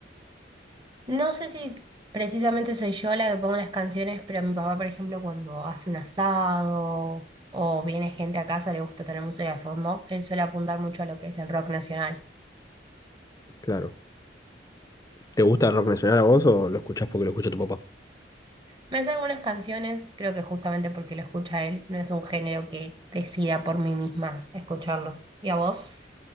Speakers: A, on the right; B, on the left.
A: No sé si precisamente soy yo la que pongo las canciones, pero a mi papá, por ejemplo, cuando hace un asado o viene gente a casa, le gusta tener música de fondo, él suele apuntar mucho a lo que es el rock nacional.
B: Claro. ¿Te gusta el rock nacional a vos o lo escuchás porque lo escucha tu papá?
A: Me hace algunas canciones, creo que justamente porque lo escucha él, no es un género que decida por mí misma escucharlo. ¿Y a vos?